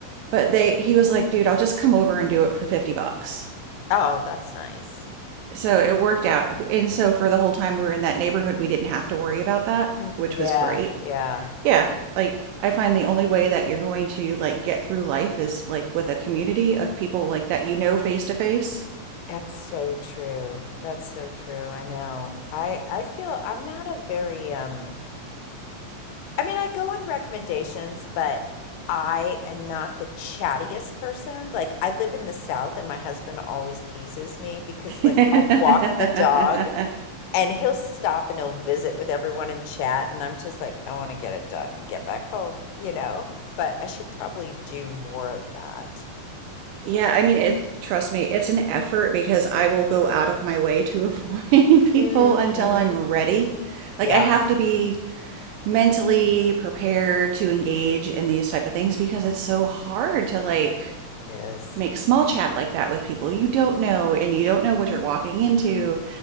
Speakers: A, on the right; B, on the left.
A: but they he was like, dude, I'll just come over and do it for fifty bucks.
B: Oh, that's nice.
A: So it worked out, and so for the whole time we were in that neighborhood, we didn't have to worry about that,
B: Mm,
A: which
B: yeah,
A: was great.
B: yeah.
A: Yeah, like I find the only way that you're going to like get through life is like with a community of people like that you know face to face
B: That's so true. That's so true. I know. I I feel I'm not a very um I mean, I go on recommendations, but I am not the chattiest person. Like, I live in the South, and my husband always teases me because,
A: <laughs>
B: like, I'll walk the dog and he'll stop and he'll visit with everyone and chat. And I'm just like, I want to get it done and get back home, you know? But I should probably do more of that.
A: Yeah, I mean, it, trust me, it's an effort because I will go out of my way to avoid <laughs> people
B: Mm-hmm.
A: until I'm ready. Like
B: Yeah,
A: I have to be mentally prepared to engage in these type of things because it's so hard to like
B: it is.
A: make small chat like that with people you don't know and you don't know what you're walking into.